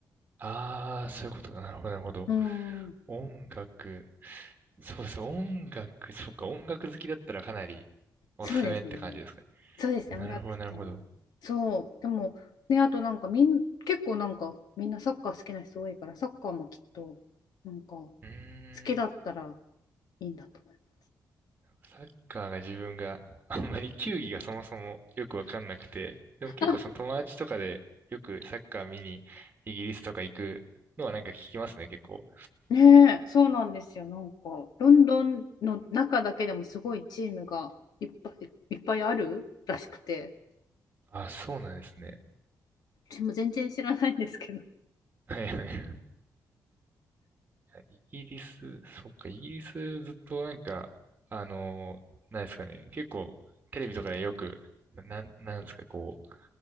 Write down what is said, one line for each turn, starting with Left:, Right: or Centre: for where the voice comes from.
Right: ああ、そういうことか。なるほどなるほど。
Left: うん、
Right: 音楽。そうですね。音楽。そっか。音楽好きだったらかなりおすすめって感じですかね。
Left: そうですね。そうですね、
Right: なるほど、
Left: 音楽と。
Right: なるほど。
Left: そう、でも、ね、あとなんかみん、結構なんかみんなサッカー好きな人多いから、サッカーもきっと、なんか好
Right: うー
Left: きだったら
Right: ん。
Left: いいんだと思います。
Right: サッカーが自分があんまり球技がそもそもよくわかんなくて、でも結構その友達とかでよくサッカー見にイギリスとか行くのはなんか聞きますね、
Left: <laughs> あ
Right: 結構。
Left: ねえ、そうなんですよ。なんか、ロンドンの中だけでもすごいチームがいっぱいいっぱいあるらしくて、
Right: あ、そうなんですね。
Left: 私も全然知らないんですけど。
Right: はいはい。イギリス、そっか、イギリスずっとなんか、あの、なんですかね、結構テレビとかでよく、な、なんなんですか、こう、